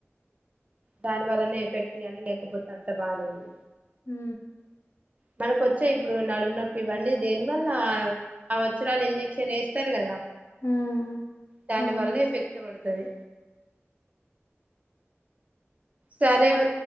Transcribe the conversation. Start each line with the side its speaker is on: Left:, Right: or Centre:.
Right: దాని వల్లనే ఎఫెక్ట్ కానీ లేకపోతే అంత బాలేదు.
Left: ఉహు.
Right: మనక వచ్చే ఇప్పుడు నడుము నొప్పి ఇవన్నీ దీంట్ల ఆ వచ్చిరాని ఇంజక్షన్స్ వేస్తారు కదా.
Left: హ్మ్
Right: దాని
Left: అవును
Right: వల్ల ఎఫెక్ట్ పడుతది. సరే.